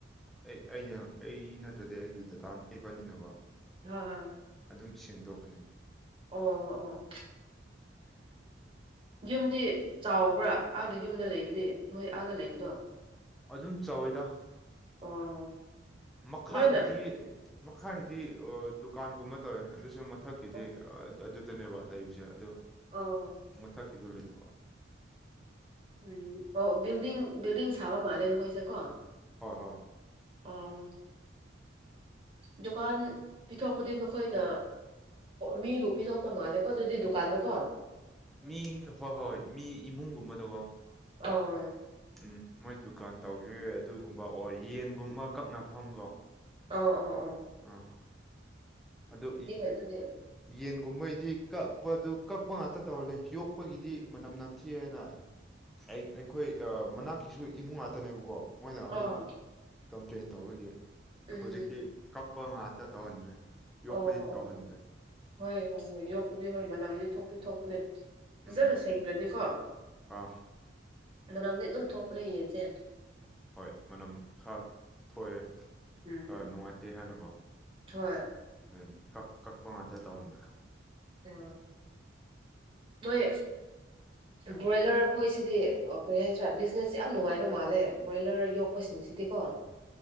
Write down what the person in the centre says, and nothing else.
ꯑꯩ ꯑꯩꯅ ꯑꯩ ꯅꯠꯇ꯭ꯔꯗꯤ ꯑꯩꯒꯤ ꯗꯇꯥ ꯏꯕꯟꯅꯤꯅꯀꯣ
ꯑꯗꯨꯝ ꯁꯦꯡꯗꯣꯛꯀꯅꯤ
ꯑꯗꯨꯝ ꯆꯥꯎꯋꯦꯗ
ꯃꯈꯥꯒꯤꯗꯤ
ꯃꯈꯥꯒꯤꯗꯤ ꯗꯨꯀꯥꯟꯒꯨꯝꯕ ꯇꯧꯋꯦ ꯑꯗꯨꯁꯨ ꯃꯊꯛꯀꯤꯗꯤ
ꯑꯗꯨꯗꯅꯦꯕ ꯂꯩꯔꯤꯁꯦ ꯑꯗꯨ
ꯃꯊꯛꯀꯤꯗꯣ ꯂꯩꯇꯕ
ꯍꯣꯏ ꯍꯣꯏ
ꯃꯤ ꯍꯣꯏ ꯍꯣꯏ ꯃꯤ ꯏꯃꯨꯡꯒꯨꯝꯕꯗꯀꯣ
ꯎꯝ ꯃꯣꯏ ꯗꯨꯀꯥꯟ ꯇꯧꯒꯦ ꯑꯗꯨꯒꯨꯝꯕ ꯑꯣꯔ ꯌꯦꯟꯒꯨꯝꯕ ꯀꯛꯅꯐꯝꯒꯣ
ꯑꯥ ꯑꯗꯣ
ꯌꯦꯟꯒꯨꯝꯕꯩꯗꯤ ꯀꯛꯄꯗꯨ ꯀꯛꯄ ꯉꯥꯛꯇ ꯇꯧꯍꯜꯂꯦ ꯌꯣꯛꯄꯒꯤꯗꯤ ꯃꯅꯝ ꯅꯝꯊꯤ ꯍꯥꯏꯅ ꯑꯩ ꯑꯩꯈꯣꯏ ꯃꯅꯥꯛꯀꯤꯁꯨ ꯏꯃꯨꯡ ꯉꯥꯛꯇꯅꯦꯕꯀꯣ ꯃꯣꯏꯅ
ꯑꯗꯨꯝ
ꯀꯝꯄ꯭ꯂꯦꯟ ꯇꯧꯕꯒꯤ
ꯍꯧꯖꯤꯛꯇꯤ
ꯀꯞꯄ ꯉꯥꯛꯇ ꯇꯧꯍꯟꯒꯔꯦ ꯌꯣꯛꯄꯗꯤ
ꯇꯧꯍꯟꯗ꯭ꯔꯦ
ꯎꯝ
ꯑꯥ
ꯍꯣꯏ ꯃꯅꯝ ꯈꯔ ꯊꯣꯛꯑꯦ
ꯑ ꯅꯨꯡꯉꯥꯏꯇꯦ ꯍꯥꯟꯅꯀꯣ
ꯎ ꯀꯛ ꯀꯛꯄ ꯉꯥꯛꯇ ꯇꯧꯍꯟꯗ꯭ꯔꯦ